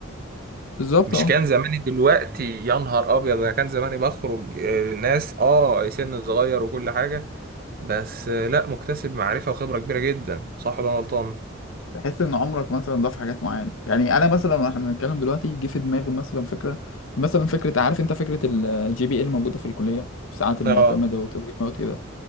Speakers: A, on the left; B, on the right.
A: بالظبط
B: مش
A: اه
B: كان زماني دلوقتي يا نهار ابيض انا كان زماني بخرج آه، ناس اه سن صغير وكل حاجه بس آه، لا مكتسب معرفه وخبره كبيره جدا صح ولا أنا غلطان
A: تحس ان عمرك مثلا ضاف حاجات معينه يعني انا مثلا واحنا بنتكلم دلوقتي جه في دماغي مثلا فكره مثلا فكره عارف انت فكره الجي بي اي الموجوده في الكليه والساعات المعتمده
B: اه
A: وتسجيل مواد كده